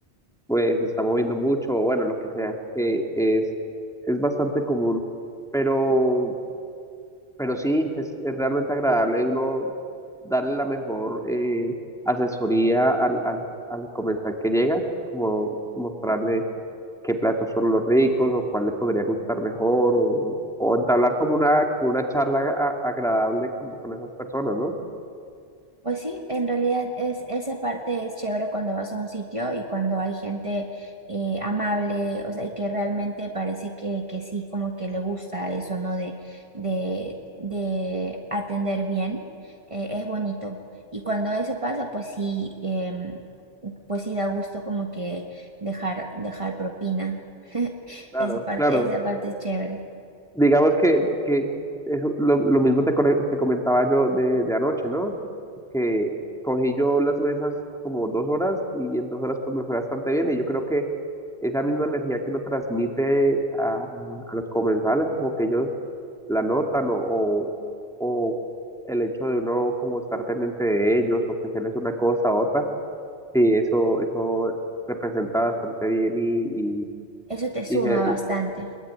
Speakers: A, in the centre; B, on the right.
A: pues se está moviendo mucho, o bueno, lo que sea, eh, es, es bastante común, pero, pero sí, es, es realmente agradable uno darle la mejor eh, asesoría al, al, al comensal que llega, como mostrarle qué platos son los ricos, o cuál le podría gustar mejor, o, o entablar como una, como una charla a- agradable con, con esas personas, ¿no?
B: Pues sí, en realidad es esa parte es chévere cuando vas a un sitio y cuando hay gente eh, amable, o sea, y que realmente parece que, que sí, como que le gusta eso, ¿no? De, de, de atender bien, eh, es bonito. Y cuando eso pasa, pues sí, em, pues sí da gusto como que dejar, dejar propina. <laughs>
A: Claro,
B: Esa parte,
A: claro.
B: esa parte es chévere.
A: Digamos que, que que eso, lo, lo mismo te, core- te comentaba yo de, de anoche, ¿no? Que cogí yo las mesas como dos horas y en dos horas pues me fue bastante bien y yo creo que esa misma energía que uno transmite a, a los comensales, como que ellos la notan o, o, o el hecho de uno como estar pendiente de ellos, ofrecerles una cosa a otra, sí, eso, eso representa bastante bien y, y,
B: Eso te suma
A: y se-
B: bastante.
A: y-